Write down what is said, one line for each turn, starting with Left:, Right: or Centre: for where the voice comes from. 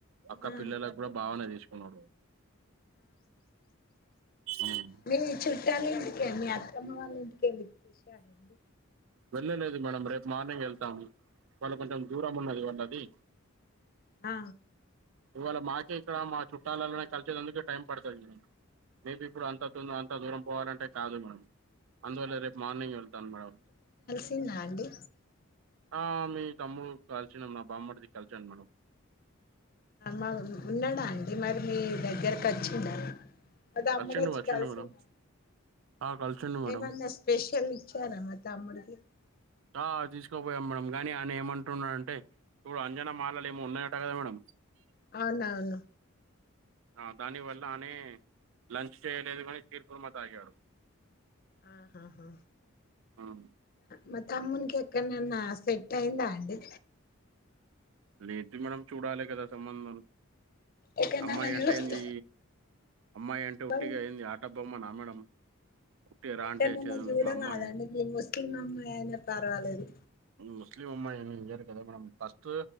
Right: అక్క
Left: ఆ
Right: పిల్లలకు కూడా బావనే తీసుకున్నాడు. ఉమ్
Left: మీ చుట్టాల ఇంటికే మీ అత్త్. తమ్ముడు వాళ్ళ ఇంటికి వెళ్లి చూసి రాపో.
Right: వెళ్ళలేదు మేడం రేపు మార్నింగ్ వెళ్తాము. వాళ్ళ కొంచెం దూరం ఉన్నది వాళ్ళది.
Left: ఆ.
Right: ఇవళ మాకే ఇక్కడ మా చుట్టాలలోనే కలిసేందుకే టైం పడుతది మేబి ఇప్పుడు అంత దున్. అంత దూరం పోవాలంటే కాదు మేడం. అందువల్లే రేపు మార్నింగ్ వెళ్తాను మేడం.
Left: తినండి.
Right: ఆ మీ తమ్ముడు కలిసినం నా బామ్మడిది కలిసాను మేడం.
Left: ఆఆ ఉన్నాడా అండి మరి మీ దగ్గరకు వచ్చిండా. అళ్ల అమ్మడ
Right: వచ్చిండు
Left: వచ్చి
Right: వచ్చిండు
Left: కలిసిండు.
Right: మేడం ఆ కలిసిండు మేడం
Left: ఏమన్నా స్పెషల్ ఇచ్చారా మరి తమ్ముడికి.
Right: ఆ తీసుకుపోయాం మేడం. కాని ఆయన ఏమంటున్నాడుంటే ఇప్పుడు అంజనా మాలలు ఏమో ఉన్నాయట కదా మేడం.
Left: అవునవును.
Right: ఆ దాని వల్ల అనే లంచ్ చేయలేదు కాని కేర్ పుర మందు తాగాడు.
Left: ఆహాహా.
Right: హ్మ్
Left: మా తమ్మునికి ఎక్కడనన్న సెట్ అయిందా అండి.
Right: లేదు మేడం చూడాలే కదా సంబంధం.
Left: ఎక్కడనన్నా
Right: అమ్మాయి
Left: చూస్త
Right: అంటే ఏంది అమ్మాయి అంటే
Left: మరి
Right: ఉట్టిగా ఏం ఆట. బొమ్మనా మేడం. ఉట్టిగా రా
Left: ఎక్కడ
Right: అంటే
Left: నాన్న
Right: వచ్చేది ఎందుకు
Left: చూడరాదండి
Right: అమ్మాయి
Left: మీ ముస్లిం అమ్మాయి అయినా పర్వాలేదు.
Right: ముస్లిం అమ్మాయి అని ఏం చేయరు కద ఫస్ట్